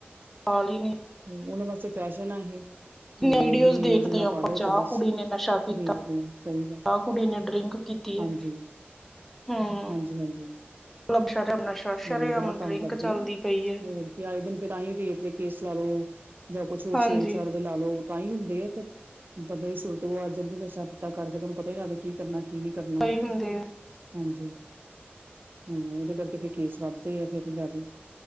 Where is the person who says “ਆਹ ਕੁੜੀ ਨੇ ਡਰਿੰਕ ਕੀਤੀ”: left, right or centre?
Centre